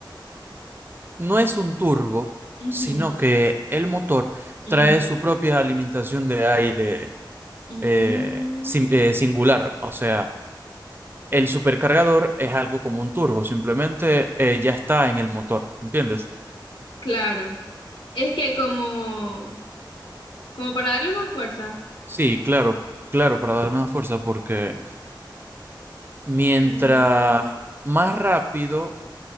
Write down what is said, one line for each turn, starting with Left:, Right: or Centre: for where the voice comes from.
Right: no es un turbo,
Left: Ujú,
Right: sino que el motor
Left: ujú.
Right: trae su propia alimentación de aire
Left: Mm,
Right: eh, sin- eh, singular. O sea, el supercargador es algo como un turbo, simplemente eh, ya está en el motor, ¿entiendes?
Left: claro. Es que como, como para darle más fuerza.
Right: Sí, claro, claro, para darme más fuerza, porque mientras
Left: Mm,
Right: más rápido